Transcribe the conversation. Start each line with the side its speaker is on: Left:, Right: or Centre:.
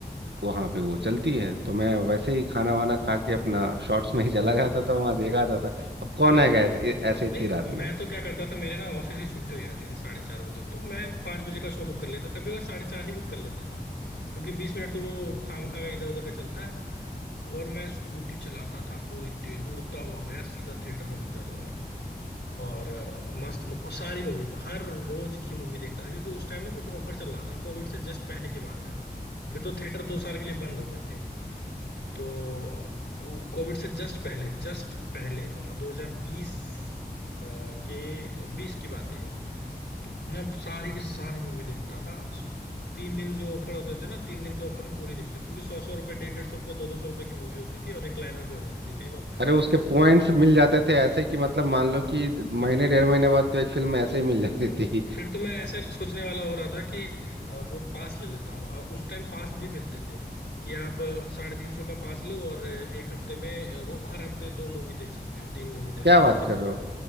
Right: वहाँ पे वो चलती है तो मैं वैसे ही खाना वाना खा के अपना शॉर्ट्स में ही चला जाता था तो वहाँ देखा जाता था अब कौन
Left: मैं
Right: आएगा ऐसे ऐसे इतनी
Left: नहीं
Right: रात में
Left: मैं तो क्या करता था मेरे ना ऑफिस की छुट्टी हो जाती थी साढ़े चार बजे तो मैं पाँच बजे का शो बुक कर लेता कभी और साढ़े चार ही बुक कर लेता था क्योंकि बीस मिनट तो वो खामखा का इधर उधर का चलता है और मैं स्कूटी चलाता था पूरी तेज उड़ता हुआ गया सीधा थिएटर में घुस जाता था और अ, मस्त मु- और सारी मूवी हर रोज की मूवी देखता था क्योंकि उस टाइम ना कुछ ऑफर चल रहा था कोविड से जस्ट पहले की बात है फिर तो थिएटर दो साल के लिए बंद हो गए थे तो कोविड से जस्ट पहले जस्ट पहले मतलब 2020 अ, के 20 की बात है ये तो मैं सारी की सारी मूवी देखता था तीन दिन जो ऑफर होते थे ना तीन दिन के ऑफर में पूरी देखते क्योंकि सौ सौ रुपए डेढ़ डेढ़ सौ रुपए दो दो सौ रुपए की मूवी होती थी और रिक्लाइनर पे हो जाती थी कई बार
Right: अरे उसके पॉइंट्स मिल जाते थे ऐसे कि मतलब मान लो कि महीने डेढ़ महीने बाद तो एक फिल्म ऐसे ही मिल
Left: हम्म,
Right: जाती थी
Left: फिर तो मैं ऐसे सोचने वाला हो रहा था कि अ, वो पास ले लेता हूँ अ, उस टाइम पास भी मिलते थे कि आप अ, साढ़े तीन सौ का पास लो और अ, एक हफ्ते में अ, रो- हर हफ्ते दो मूवी देख सकते हो तीन मूवी
Right: <laughs>
Left: देख
Right: क्या
Left: सकते
Right: बात
Left: हो
Right: कर रहे हो